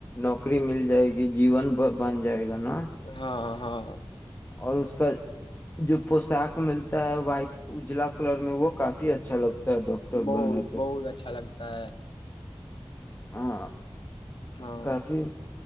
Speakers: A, on the left; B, on the left.
A: نوکری مل جائے گی جیون بن جائے گا نا
B: ہاں ہاں
A: اور اس کا جو پوشاک ملتا ہے وائٹ اجلا کلر میں وہ کافی اچھا لگتا ہے ڈاکٹر
B: بہت
A: بننے پہ
B: بہت اچھا لگتا کہ
A: ہاں
B: ہاں
A: کافی